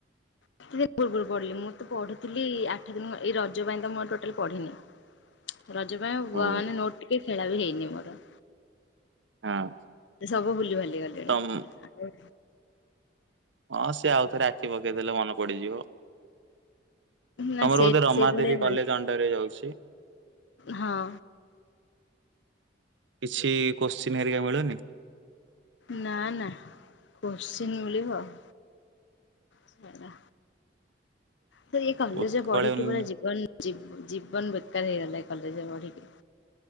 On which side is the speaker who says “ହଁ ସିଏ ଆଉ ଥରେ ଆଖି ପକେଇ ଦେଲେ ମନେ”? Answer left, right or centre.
Right